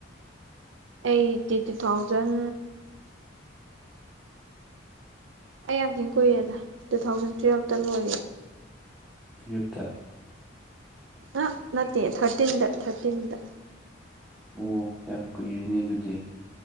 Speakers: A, on the right; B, in the centre.
A: ꯑꯩꯠꯇꯤ ꯇꯨ ꯊꯥꯎꯖꯟ ꯑꯩ ꯌꯥꯝ ꯊꯤꯟ ꯀꯨꯏꯔꯦꯗ ꯇꯨ ꯊꯥꯎꯖꯟ ꯇꯨꯋꯜꯕ ꯇ ꯂꯣꯏꯔꯦ
B: ꯇꯨꯌꯦꯞꯇꯥ
A: ꯑ ꯅꯠꯇꯦ ꯊꯔꯇꯤꯟꯗ ꯊꯔꯇꯤꯟꯗ
B: ꯑꯣ ꯌꯥꯝ ꯀꯨꯏꯔꯤꯅꯦ ꯑꯗꯨꯗꯤ